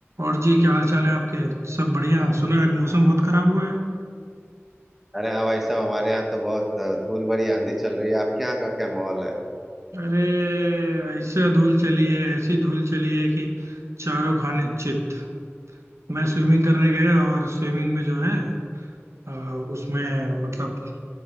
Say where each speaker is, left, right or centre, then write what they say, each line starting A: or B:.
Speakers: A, on the right (about 80°); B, in the centre.
A: और जी क्या हाल चाल है आपके सब बढ़िया सुना आज मौसम बहुत खराब हुआ है
B: अरे हाँ भाई साहब हमारे यहाँ तो बहुत अ, धूल भरी आंधी चल रही है आपके यहाँ का क्या माहौल है
A: अरे ऐसा धूल चली है ऐसी धूल चली है कि चारों खाने चित मैं स्विमिंग करने गया और स्विमिंग में जो है अ, उसमें मतलब